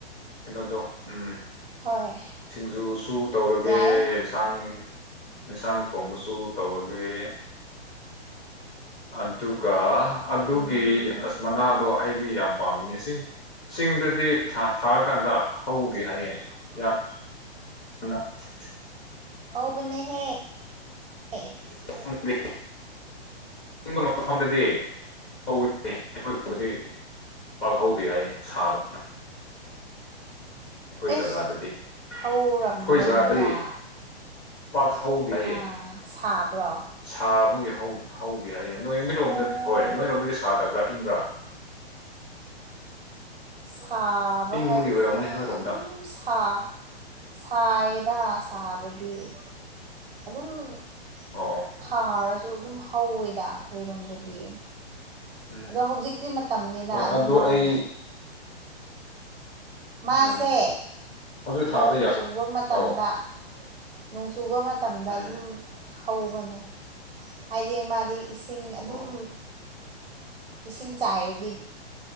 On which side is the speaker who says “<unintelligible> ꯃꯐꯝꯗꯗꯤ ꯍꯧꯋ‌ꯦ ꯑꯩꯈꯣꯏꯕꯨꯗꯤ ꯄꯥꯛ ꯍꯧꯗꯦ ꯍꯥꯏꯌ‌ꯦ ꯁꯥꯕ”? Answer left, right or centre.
Left